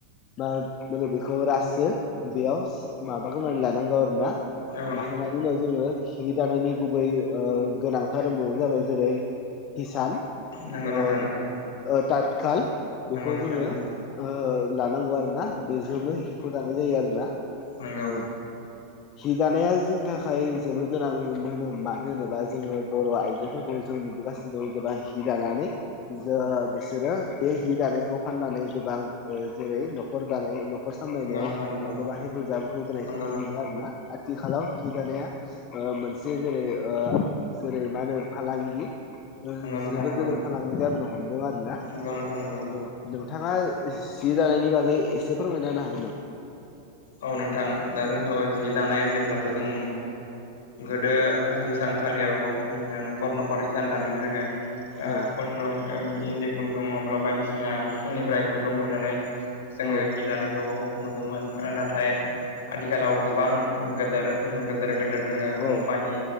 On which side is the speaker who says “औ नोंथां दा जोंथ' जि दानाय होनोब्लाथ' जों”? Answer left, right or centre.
Left